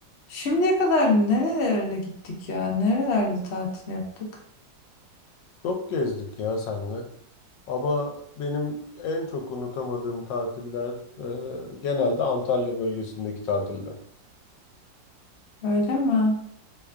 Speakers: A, on the left; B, on the left.
A: Şimdiye kadar nerelere gittik ya? Nerelerde tatil yaptık?
B: Çok gezdik ya senle. Ama benim en çok unutamadığım tatiller e, genelde Antalya bölgesindeki tatiller.
A: Öyle mi?